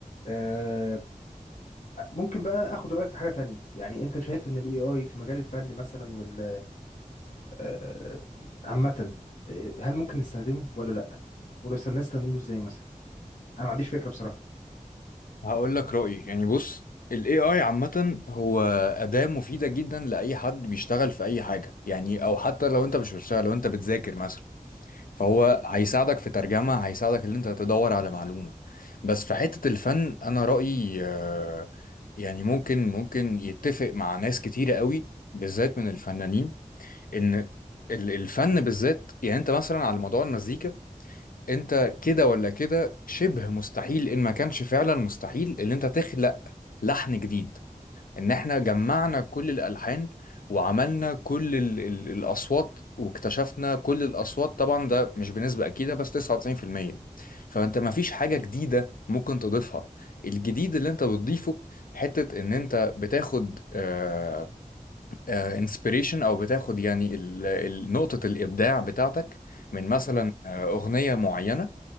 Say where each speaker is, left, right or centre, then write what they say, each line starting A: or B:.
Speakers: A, on the left (about 60°); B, on the left (about 75°).
A: آه، ممكن بقى اخد رايك في حاجه تانية يعني انت شايف ان الاي اي في مجال الفن مثلا وال آه، عامه آه، هل ممكن نستخدمه ولا لا ولو استخدمنا نستخدمه ازاي مثلا انا ما عنديش فكره بصراحه
B: هقول لك رأيي يعني بص ال AI عامة هو أداة مفيدة جدا لأي حد بيشتغل في أي حاجة يعني أو حتى لو أنت مش بتشتغل لو أنت بتذاكر مثلا فهو
A: مم.
B: هيساعدك في ترجمة هيساعدك إن أنت تدور على معلومة بس في حتة الفن أنا رأيي آه، يعني ممكن ممكن يتفق مع ناس كتيرة قوي بالذات من الفنانين إن ال- الفن بالذات يعني أنت مثلا على موضوع المزيكا انت كده ولا كده شبه مستحيل ان ما كانش فعلا مستحيل ان انت تخلق لحن جديد ان احنا جمعنا كل الالحان وعملنا كل ال ال الاصوات واكتشفنا كل الاصوات طبعا ده مش بنسبة اكيدة بس 99% فانت ما فيش حاجة جديدة ممكن تضيفها الجديد اللي انت بتضيفه حتة ان انت بتاخد آه آه inspiration او بتاخد يعني ال- ال- نقطة الابداع بتاعتك من مثلا
A: مم.
B: آه، اغنية معينة